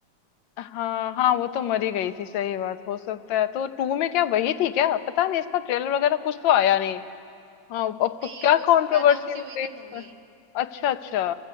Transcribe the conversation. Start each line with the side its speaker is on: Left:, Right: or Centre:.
Left: हाँ हाँ वो तो मरी गई थी सही बात हो सकता है तो टू में क्या वही थी क्या पता नहीं इसका ट्रेलर वगैरह कुछ तो आया नहीं हाँ अब
Right: नहीं
Left: तो क्या
Right: बस
Left: कंट्रोवर्सी
Right: अनाउंस ही
Left: हो गई
Right: हुई थी
Left: इसमें
Right: मूवी
Left: अच्छा अच्छा